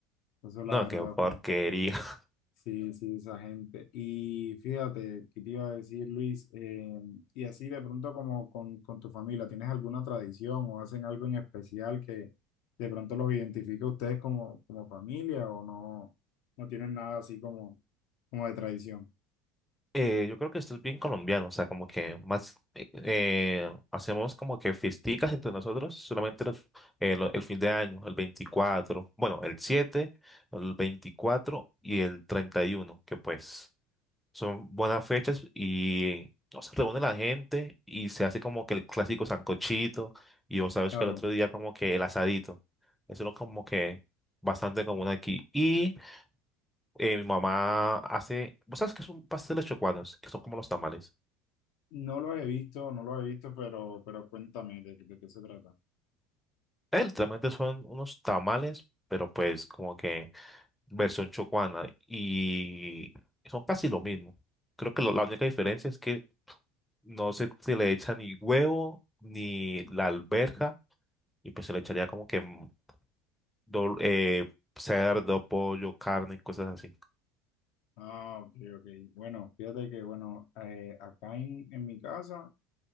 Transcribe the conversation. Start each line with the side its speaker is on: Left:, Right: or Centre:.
Left: Eso
Centre: No,
Left: la verdad
Centre: qué porquería.
Left: fue.
Centre: <laughs>
Left: Sí, sí, esa gente. Y fíjate, ¿qué te iba a decir, Luis? Eh, y así de pronto como con, con tu familia, ¿tienes alguna tradición o hacen algo en especial que de pronto los identifique a ustedes como, como familia o no, no tienen nada así como, como de tradición?
Centre: Eh, yo creo que esto es bien colombiano, o sea, como que más eh, eh, hacemos como que fiesticas entre nosotros solamente los- el, el fin de año, el veinticuatro bueno, el siete el 24 y el treinta y uno que pues Son buenas fechas y no, se reúne la gente y se hace como que el clásico sancochito y vos sabes
Left: Claro,
Centre: que el otro día como que el asadito. Eso es como que bastante común aquí. Y eh, mi mamá hace, vos sabes que son pasteles chocuanos, que son como los tamales.
Left: no los he visto, no los he visto, pero, pero cuéntame de, de qué se trata.
Centre: Eh, literalmente son unos tamales, pero pues como que versión chocuana y son casi lo mismo. Creo que lo- la única diferencia es que no se, se le echa ni huevo ni la alberja y pues se le echaría como que mm, dol- eh, cerdo, pollo, carne y cosas así.
Left: Ah, ok, ok. Bueno, fíjate que, bueno, eh, acá en, en mi casa...